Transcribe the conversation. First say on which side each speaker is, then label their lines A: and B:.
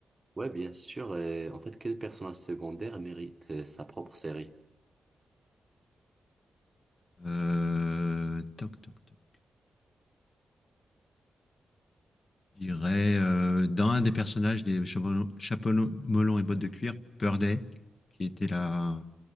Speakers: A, on the right; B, on the left.
A: Ouais, bien sûr. euh, en fait, quel personnage secondaire mérite euh, sa propre série?
B: Euh, toc toc toc. Je dirais euh, dans un des personnages des Chapeau Chapeau melon et bottes de cuir, Purday, qui était la